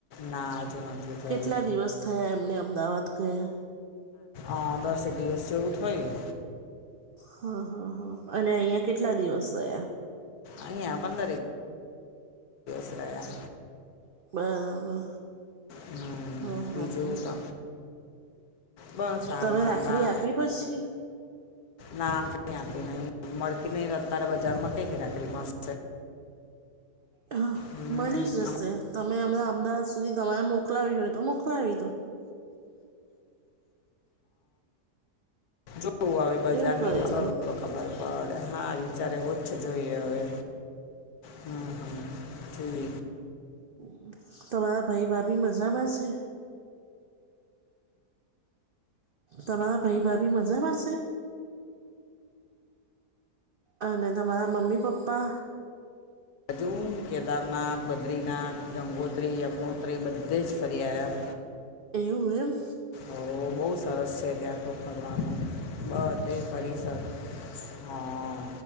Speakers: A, on the left (about 70°); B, on the right (about 75°).
A: ના હજુ નથી થઈ
B: કેટલા દિવસ એ એમને અમદાવાદ ગયા.
A: આ દસેક દિવસ જેવું થયું
B: હા હા હા અને અઇયાં કેટલા દિવસ થયા.
A: અઇયાં પંદર એક પસરા <inaudible> <unintelligible>
B: મા
A: હમ.
B: હ હા
A: બીજું
B: હા
A: તો બસ
B: તમે
A: આ વા
B: રાખડી
A: વા
B: આપી પછી
A: ના કઈ આપી નહી મળતી નહી અત્યારે બજાર માં કઈથી રાકરી મળશે.
B: હા
A: હમ,
B: મળી જશે
A: આમાં
B: તમે અમણાં અમદાવાદ સુધી તમારે મોકલાવી હોય તો મોકલાવી દો.
A: જોવું હ બજારની
B: એવું કરી
A: તો ખું
B: દો
A: <unintelligible> ખબર પડે. હા વિચારે એવો છે. જોઈએ હવે. હમ હમ જોઈએ!
B: <inaudible> તમારા ભાઈ ભાભી મજામાં છે? તમારા ભાઈ ભાભી મજામાં છે? અને તમારા મમ્મી પપ્પા?
A: આજુ કેદારનાથ, બદ્રીનાથ, ગંગોત્રી, યમનોત્રી બધે જ ફરી આવ્યા.
B: એવું એમ.
A: ઓ બહુ સરસ છે. ત્યાં તો ફરવાનો બધે પરિસર. હા હા!